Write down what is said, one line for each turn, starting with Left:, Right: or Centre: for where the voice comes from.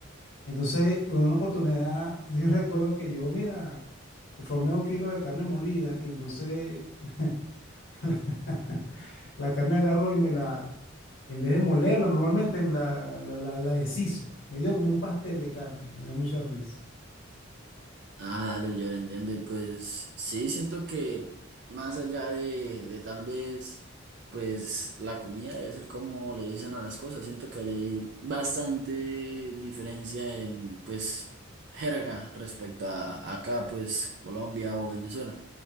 Left: Entonces, en una oportunidad, <laughs> yo recuerdo que yo, mira, por favor, me da un kilo de carne molida y entonces <laughs> La carne agarró y me la, en vez de molerla normalmente, me la, la, la, la deshizo. Me dio como un pastel de carne, me dio mucha risa.
Right: Ah, dale, yo lo entiendo. Y pues sí, siento que más allá de, de tal vez, pues la comida es el cómo le dicen a las cosas. Siento que hay bastante diferencia en, pues, jerga respecto a acá, pues, Colombia o Venezuela.